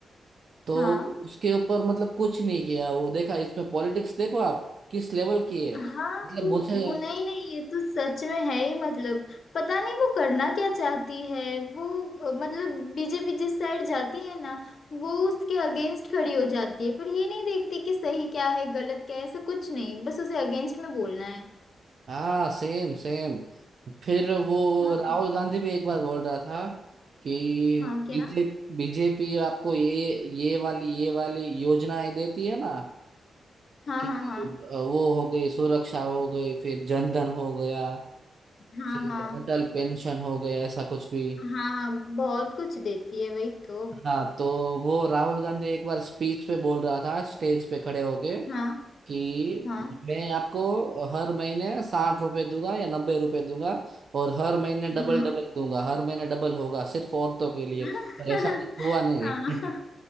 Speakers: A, on the right (about 55°); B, on the left (about 55°).
A: तो
B: हाँ
A: उसके ऊपर मतलब कुछ नहीं किया वो देखा इसमें पॉलिटिक्स देखो आप किस लेवल की है मतलब
B: हाँ वो
A: मुझे
B: वो नहीं नहीं ये तो सच में है ही मतलब पता नहीं वो करना क्या चाहती है वो अ, मतलब बीजेपी जिस साइड जाती है ना वो उसके अगेंस्ट खड़ी हो जाती है पर ये नहीं देखती कि सही क्या है गलत क्या है ऐसा कुछ नहीं बस उसे अगेंस्ट में बोलना है
A: हाँ सेम सेम फिर वो
B: हाँ
A: राहुल गांधी भी एक बार बोल रहा था कि
B: हाँ क्या
A: बीजे बीजेपी आपको ये ये वाली ये वाली योजनाएं देती है ना
B: हाँ
A: कि
B: हाँ हाँ
A: वो हो गई सुरक्षा हो गई फिर जनधन हो गया
B: हाँ
A: फिर
B: हाँ
A: अटल पेंशन हो गया ऐसा कुछ भी
B: हाँ हाँ बहुत कुछ देती है वही तो
A: हाँ तो वो राहुल गांधी एक बार स्पीच पे बोल रहा था स्टेज पे खड़े होके
B: हाँ
A: कि
B: हाँ
A: मैं आपको हर महीने साठ रुपए दूंगा या नब्बे रुपए दूंगा और हर महीने
B: हाँ
A: डबल डबल दूंगा हर महीने डबल होगा सिर्फ औरतों के लिए
B: <laughs>
A: पर ऐसा कुछ हुआ नहीं
B: हाँ